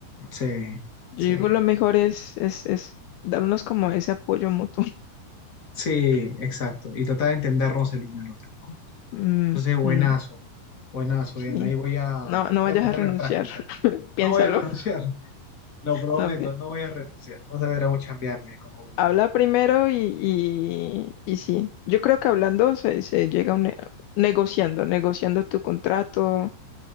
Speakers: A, on the left (about 60°); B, on the left (about 80°).
A: sí,
B: Yo
A: sí,
B: digo, lo mejor es, es, es darnos como ese apoyo mutuo. <laughs>
A: sí, exacto. Y tratar de entendernos el uno al otro, ¿no?
B: Mm,
A: Buenazo.
B: mm,
A: Buenazo,
B: sí.
A: Diana. Ahí voy a,
B: No,
A: voy
B: no vayas
A: a ponerlo
B: a renunciar,
A: en práctica.
B: <laughs> piénsalo.
A: No voy a renunciar, <laughs> lo prometo,
B: No,
A: no voy a renunciar. Vas a ver a un chambeando ahí como burro.
B: Habla primero y, y, y sí, yo creo que hablando se, se llega a un ne- negociando, negociando tu contrato,